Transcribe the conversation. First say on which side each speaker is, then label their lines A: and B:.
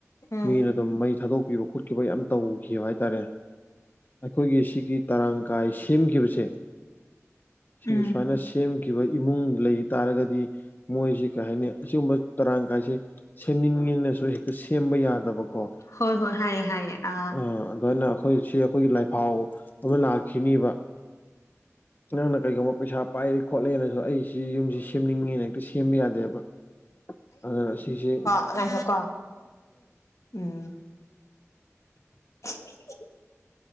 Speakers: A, on the left (about 75°); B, on the left (about 35°).
A: ꯎꯝ
B: ꯃꯤꯅ ꯑꯗꯨꯝ ꯃꯩ ꯊꯥꯗꯣꯛ ꯄꯤꯕ ꯈꯣꯠꯈꯤꯕ ꯌꯥꯝꯅ ꯇꯧꯈꯤꯕ ꯍꯥꯏꯇꯥꯔꯦ ꯑꯩꯈꯣꯏꯒꯤ ꯁꯤꯒꯤ ꯇꯔꯥꯡ ꯀꯥꯏ ꯁꯦꯝꯈꯤꯕꯁꯦ ꯁꯤ
A: ꯎꯝ
B: ꯁꯥꯏꯅꯥ ꯁꯦꯝ ꯀ ꯈꯤꯕ ꯏꯃꯨꯡ ꯂꯩ ꯇꯥꯔꯒꯗꯤ ꯃꯣꯏꯁꯤ ꯀꯩ ꯍꯥꯏꯅꯤ ꯑꯁꯤꯒꯨꯝꯕ ꯇꯔꯥꯡ ꯀꯥꯏꯁꯦ ꯁꯦꯝꯅꯤꯡꯉꯤꯅꯁꯨ ꯍꯦꯛꯇ ꯁꯦꯝꯕ ꯌꯥꯗꯕ ꯀ
A: ꯍꯣꯏ ꯍꯣꯏ ꯍꯥꯏꯌꯦ ꯍꯥꯏꯌꯦ ꯑ
B: ꯑꯥ ꯑꯗꯨꯃꯥꯏꯅ ꯑꯩꯈꯣꯏ ꯁꯤ ꯑꯩꯈꯣꯏꯒꯤ ꯂꯥꯏꯐꯥꯎ ꯑꯃ ꯂꯥꯛꯦ ꯈꯤꯅꯤꯕ ꯅꯪꯅ ꯀꯩꯒꯨꯝꯕ ꯄꯩꯁꯥ ꯄꯥꯏꯔꯦ ꯈꯣꯠꯂꯛꯦꯅꯁꯨ ꯑꯩꯁꯤ ꯌꯨꯝꯁꯤ ꯁꯦꯝꯅꯤꯡꯉꯦꯅ ꯍꯦꯛꯇ ꯁꯦꯝꯕ ꯌꯥꯗꯦꯕ ꯑꯗꯨꯗꯅ ꯁꯤꯁꯦ
A: ꯉꯀꯣ ꯎꯝ <unintelligible>